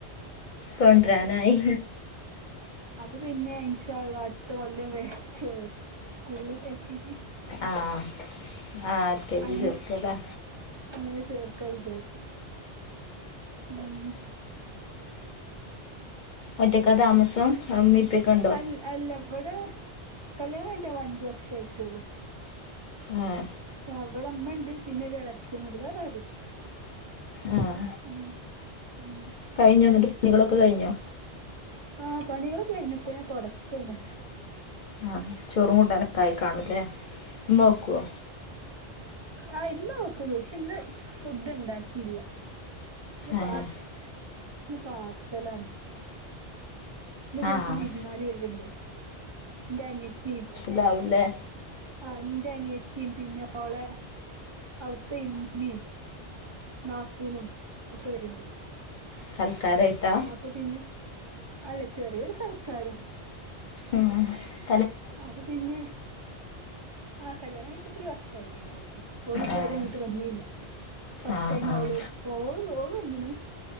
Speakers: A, on the left; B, on the right.
A: കൊണ്ടെരാനായി
B: അപ്പം പിന്നെ ഇൻഷാ അള്ളാ അടുത്ത കൊല്ലം വേ ചോർ സ്കൂളിലു എൽ കെ ജി
A: ആ ആ സ് ആഹ് കെ
B: അങ്ങനെ
A: ജി ചേർക്കല്ലേ
B: ചേ അങ്ങനെ ചേർക്കാ വിചാരിച്ചെ ഉം
A: ഒറ്റക്കാ താമസം അമ്മിപ്പിക്കൊണ്ടോ
B: അൽ അല്ല ഇവിടെ കല്ല്യാണം കഴിഞ്ഞിട്ട് അഞ്ചു വർഷായിട്ടുള്ളു
A: ആഹ്
B: അവടെ അമ്മ ഒണ്ട് പിന്നോരു എളയച്ചണൊണ്ട് വേരാറുംയില്ല
A: ആഹ്
B: ഉം ഉം
A: കഴിഞ്ഞു വന്നിട്ട് നിങ്ങളൊക്കെ കയിഞ്ഞോ
B: ആഹ് പണികളൊക്കെ കയിഞ്ഞു ഇപ്പ ഞാൻ തൊടയ്ക്കയാണ്
A: ആഹ് ചോറും കൂട്ടാനൊക്കായി കാണൂല്ലേ ഉമ്മ വെക്കുവോ
B: ആഹ് ഇമ്മ വെയ്ക്കും പക്ഷേ ഇന്ന് ഫുഡ്ഡുണ്ടാക്കിയില്ല ഇന്നു
A: ആഹ്
B: പാർസ് ഇന്ന് പാർസലാണ് ഇന്നു വീട്ടിൽ
A: ആഹ്
B: വിരുന്നുകാര് വെരുണ്ട് എന്റെ അനിയത്തീം-
A: ഇത്‌ ആവുംയില്ലേ
B: ആഹ് ഇന്റെ അനിയത്തിയും പിന്നോളെ അവിടുത്തെ ഇമ്മിയും നാത്തൂനും ഒക്കെ വരുണ്ട്
A: സൽക്കാരായിട്ടാ
B: അപ്പൊ പിന്നെ അല്ല ചെറിയൊരു സൽക്കാരം.
A: ആഹ്
B: അപ്പ പിന്നെ ആഹ് കല്യാണം കഴിഞ്ഞിട്ടിപ്പൊരു വർഷായിട്ടുണ്ടാവും ഓളിതുവരെ
A: ആഹ്
B: ഇങ്ങോട്ട് വന്നീല്ല ഫസ്റ്റടൈം
A: ആഹ് ആഹ്
B: അവള് ഓളെ ഓളു വന്നണ്